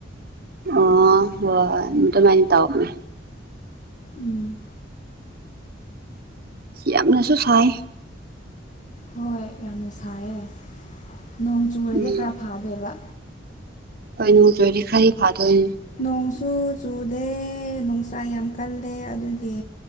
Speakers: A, on the right (about 50°); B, on the left (about 40°).
A: ꯑꯣ ꯍꯣꯏ ꯑꯗꯨꯃꯥꯏꯅ ꯇꯧꯕꯅꯦ
B: ꯎꯝ
A: ꯁꯤ ꯌꯥꯝꯅꯁꯨ ꯁꯥꯏ
B: ꯍꯣꯏ ꯌꯥꯝꯅ ꯁꯥꯏꯌꯦ ꯅꯣꯡ ꯆꯨꯔꯗꯤ
A: ꯎꯝ
B: ꯈꯔ ꯐꯥꯗꯣꯏꯕ
A: ꯍꯣꯏ ꯅꯣꯡ ꯆꯨꯔꯗꯤ ꯈꯔꯥꯗꯤ ꯐꯥꯗꯣꯏꯅꯦ
B: ꯅꯣꯡꯁꯨ ꯆꯨꯗꯦ ꯅꯨꯡꯁꯥ ꯌꯥꯝ ꯀꯜꯂꯦ ꯑꯗꯨꯒꯤ